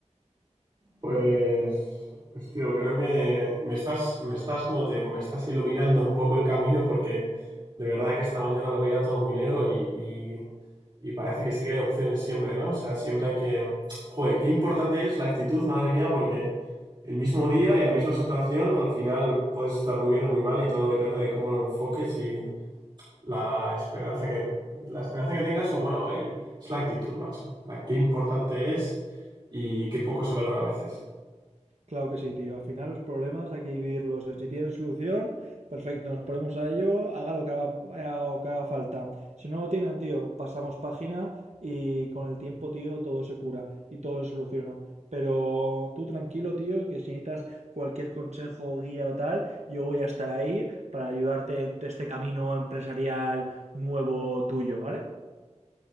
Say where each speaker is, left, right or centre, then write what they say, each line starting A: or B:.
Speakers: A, on the right; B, on the right.
A: Pues, pues tío, creo que me estás, me estás, como te digo, me estás iluminando un poco el camino porque de verdad que esta mañana lo veía todo muy negro y, Y parece que sí que hay opciones siempre, ¿no? O sea, siempre hay que... Joder, qué importante es la actitud, madre mía, porque el mismo día y la misma situación, al final puedes estar muy bien o muy mal y todo depende de cómo lo enfoques y la esperanza que, la esperanza que tengas o, bueno, el- es la actitud, macho. La, qué importante es y qué poco se valora a veces.
B: Claro que sí, tío. Al final los problemas hay que vivirlos. Si tienen solución, perfecto, nos ponemos a ello, haga lo que haga, haga lo que haga falta. Si no lo tienen, tío, pasamos página y con el tiempo, tío, todo se cura y todo se soluciona. Pero tú tranquilo, tío, que si necesitas cualquier consejo, guía o tal, yo voy a estar ahí para ayudarte en este camino empresarial nuevo tuyo, ¿vale?